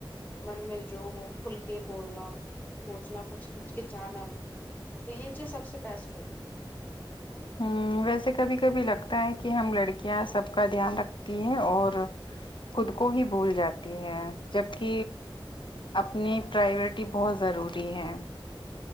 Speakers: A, on the left; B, on the left.
A: من میں جو ہو کھل کے بولنا سوچنا کچھ ہچکچنا نہیں تو یہ چیز سب سے بیسٹ ہوتی ہے
B: ہ ویسے کبھی کبھی لگتا ہے کہ ہم لڑکیاں سب کا دھیان رکھتی ہے اور خود کو ہی بھول جاتی ہے جبک اپنی پریورٹی بہت ضروری ہے